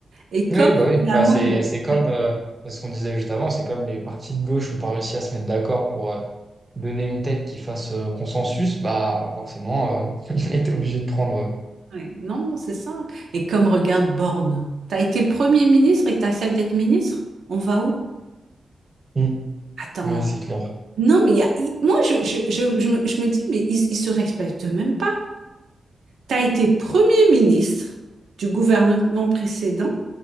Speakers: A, on the right; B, on the right.
A: Et comme
B: Oui, bah oui.
A: finalement,
B: Bah, c'est,
A: il est...
B: c'est comme euh, ce qu'on disait juste avant, c'est comme les partis de gauche n'ont pas réussi à se mettre d'accord pour euh, donner une tête qui fasse euh, consensus. Bah forcément, euh, <laughs> il était obligé de prendre. euh,
A: Ouais, Non, non, c'est ça. Et comme regarde Borne, t'as été Premier ministre et t'acceptes d'être ministre? On va où?
B: Mm.
A: Attends.
B: Ouais, c'est clair.
A: Non, mais il y a, il- moi, je, je, je, je me, je me dis, mais ils ne se respectent même pas. Tu as été Premier ministre du gouvernement précédent,